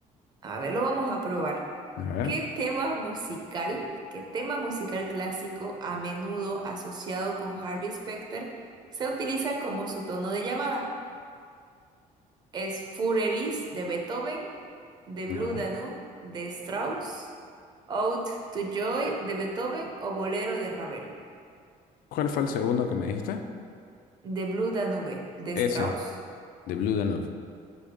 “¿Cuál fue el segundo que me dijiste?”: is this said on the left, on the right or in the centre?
Left